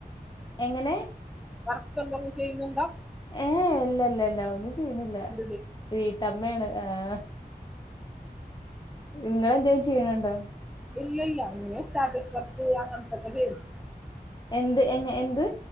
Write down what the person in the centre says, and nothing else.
വർക്ക് എന്തങ്കിലും ചെയ്യുന്നുണ്ടോ?
എന്ത്
ഇല്ല ഇല്ല അങ്ങനെ സ്റ്റാറ്റസ് വർക്ക് അങ്ങനെത്തൊക്കെ ചെയ്യെത്